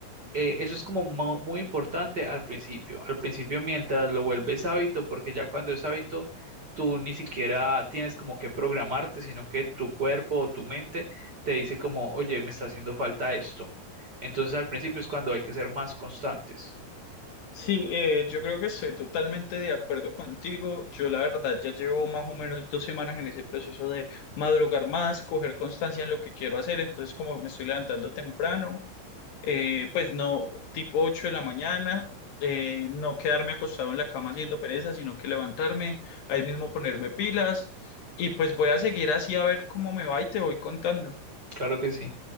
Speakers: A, on the right (about 25°); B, on the left (about 60°).
A: eh, eso es como mo- muy importante al principio. Al principio, mientras lo vuelves hábito, porque ya cuando es hábito, tú ni siquiera tienes como que programarte, sino que tu cuerpo o tu mente te dice como, oye, me está haciendo falta esto. Entonces, al principio es cuando hay que ser más constantes.
B: Sí, eh, yo creo que estoy totalmente de acuerdo contigo. Yo la verdad ya llevo más o menos dos semanas en ese proceso de madrugar más, coger constancia en lo que quiero hacer. Entonces, como me estoy levantando temprano, eh, pues no, tipo 8 de la mañana, eh, no quedarme acostado en la cama haciendo pereza, sino que levantarme, ahí mismo ponerme pilas y pues voy a seguir así a ver cómo me va y te voy contando.
A: Claro que sí.